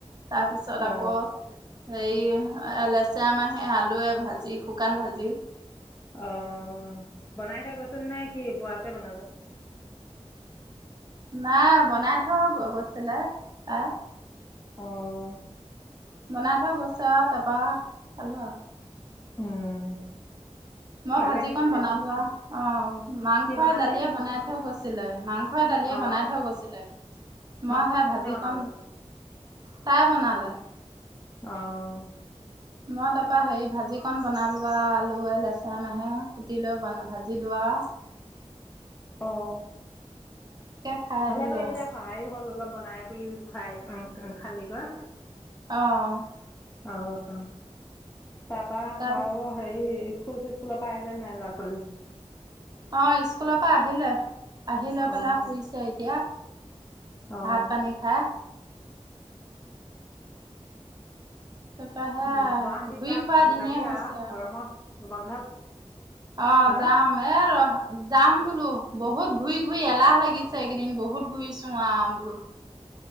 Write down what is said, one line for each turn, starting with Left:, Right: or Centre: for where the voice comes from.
Right: তাৰপিছত
Left: অ
Right: আকৌ হেয়ি এহ লেচেৰা মাহে, আলুৱে ভাজি। শুকান ভাজি।
Left: অ' বনাই থৈ গৈছিলি নে কি, বুঢ়াটোৱে বনালে?
Right: নাই বনাই থৈ গৈছিলে, তাহ
Left: অঁ।
Right: বনাই থৈ গছো আ' তাৰপা আ' খালো আও
Left: উম।
Right: মই
Left: ভালে
Right: ভাজি
Left: কৰিলি
Right: কন বনালোৱা,
Left: দে।
Right: অঁ মাংস
Left: কি বনালি?
Right: দালিয়ে বনাই থৈ গৈছিলে। মাংস সয় দালিয়ে
Left: অ
Right: বনাই থৈ গৈছিলে, মই
Left: মাংসখিনি
Right: সে ভাজি
Left: কোনে বনালে?
Right: কণ তাই বনালে।
Left: অঁ
Right: মই তাপৰা হেৰি ভাজিকণ বনালোৱা আলুৱে, লেচেয়া মাহে, কুটি লৈ বন ভাজি লো ৱা <inaudible>
Left: অ',
Right: খাই
Left: ভালে
Right: আহিলো
Left: কয়িলি
Right: আও
Left: দে সহায়ো হ'ল অলপ বনাই। <unintelligible> খোৱাই খোৱাই ওঁ ওঁ খালিগৈ।
Right: অঁ
Left: অঁহ তাৰপা
Right: তাৰ
Left: আও হেৰি স্কুল চিস্কুল পৰা আহিলে নাই ল'ৰা ছোৱালী?
Right: অঁ স্কুলৰ পা আহিলে। আহি লৈ
Left: অঁ
Right: পেলাই শুইছে এতিয়া,
Left: অঁ
Right: ভাত পানী খাই। তাৰপৰা সেয়া
Left: ও গুৱাহাটীত
Right: ঘূৰি
Left: যোৱা
Right: ফুৰা দিনেই
Left: যাবি
Right: হৈছে
Left: আ'হ গৰমত বন্ধত?
Right: অঁ
Left: হা
Right: যাম এ লৱা হা যাম বোলো, বহুত ঘূৰি ঘূৰি এলাহ লাগিছে এইকেইদিন বহুত ঘূৰিছোঁ আঁ ওম।